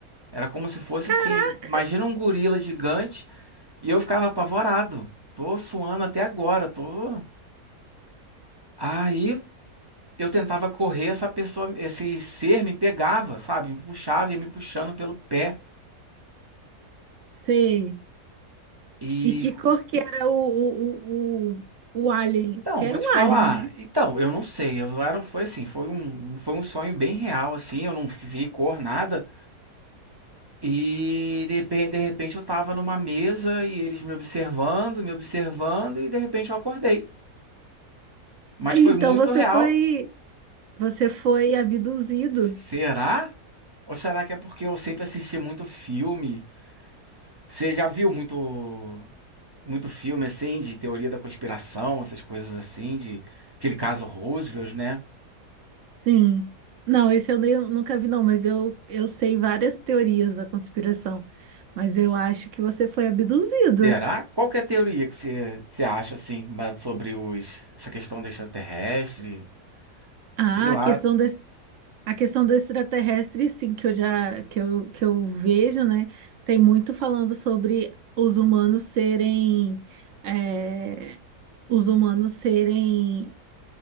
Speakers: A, on the right; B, on the right.
A: Era como se fosse
B: caraca,
A: assim, imagina um gorila gigante E eu ficava apavorado. Tô suando até agora, tô. Aí eu tentava correr, essa pessoa, esse ser me pegava, sabe? Me puxava, ia me puxando pelo pé.
B: sei.
A: E
B: E que cor que era o, o, o, o, o alien?
A: então,
B: Que
A: vou
B: era
A: te
B: um
A: falar.
B: alien, né?
A: Então, eu não sei. Eu era, foi assim, foi um, foi um sonho bem real, assim. Eu não vi cor, nada. E de repente, de repente eu tava numa mesa e eles me observando, me observando, e de repente eu acordei. Mas
B: Então
A: foi muito
B: você
A: real.
B: foi, você foi abduzido.
A: Será? Ou será que é porque eu sempre assisti muito filme Você já viu muito muito filme assim de teoria da conspiração, essas coisas assim, de aquele caso Roosevelt, né?
B: Sim. Não, esse eu nem- nunca vi, não, mas eu, eu sei várias teorias da conspiração. Mas eu acho que você foi abduzido.
A: Terá? Qual que é a teoria que você, você acha assim ba- sobre os essa questão do extraterrestre?
B: Ah,
A: Sei lá.
B: a questão da A questão do extraterrestre, sim, que eu já que eu, que eu vejo, né? Tem muito falando sobre os humanos serem é, os humanos serem